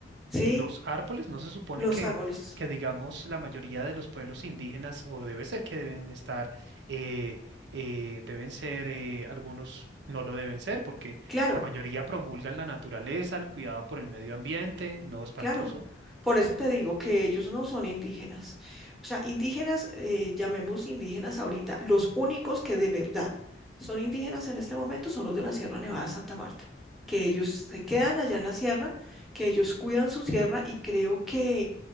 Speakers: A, in the centre; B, on the right.
A: Sí,
B: los árboles no se supone
A: los
B: que,
A: árboles.
B: que digamos, la mayoría de los pueblos indígenas, o debe ser que deben estar, eh, eh, deben ser, eh, algunos no lo deben ser, porque
A: Claro,
B: la mayoría promulgan la naturaleza, el cuidado por el medio ambiente, no, espantoso.
A: claro. Por eso te digo que ellos no son indígenas. O sea, indígenas, eh, llamemos indígenas ahorita, los únicos que de verdad son indígenas en este momento son los de la Sierra Nevada de Santa Marta, que ellos se quedan allá en la sierra, que ellos cuidan su sierra y creo que